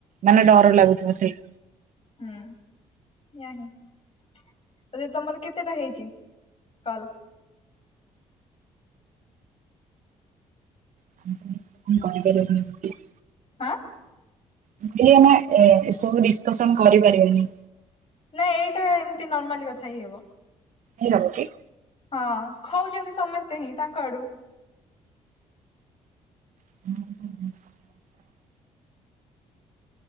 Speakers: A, on the right; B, on the left.
A: ମାନେ ଡର ଲାଗୁଥୁବ ସେଇ
B: ହୁଁ <unintelligible> <unintelligible> ତମର କେତେଟା ହେଇଚି କଲ।
A: <unintelligible>
B: ଆଁ
A: ମୁଁ କହିଲି ଆମେ ଏ ଏସବୁ ଡିସ୍କସନ୍ କରିପାରିବାନି।
B: ନା ଏଇଟା ଏମିତି ନର୍ମାଲି କଥା ହେଇହବ।
A: ହେଇହବ କି?
B: ହଁ ଖାଉଚନ୍ତି ସମସ୍ତେ ହିଁ ତାଙ୍କ ଆଡୁ।
A: <unintelligible>